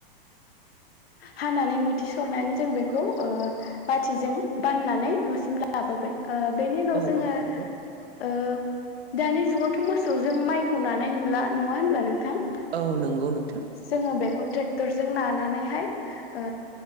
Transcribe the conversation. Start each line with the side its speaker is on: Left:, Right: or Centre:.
Left: हानानै मोथि सरनानै जों बेखौ ओ बाथिजों बाननानै न'सिम लाबोगोन। ओ बेनि उनाव
Right: औ
Left: जोङो
Right: औ
Left: ओ
Right: नंगौ
Left: दानि जुगावथ' मोसौजों माइखौ नानाय नुला नङा होनब्ला नोंथां? ओ
Right: औ नंगौ नोंथां
Left: जोङो बेखौ ट्रेक्टरजों नानानैहाय ओ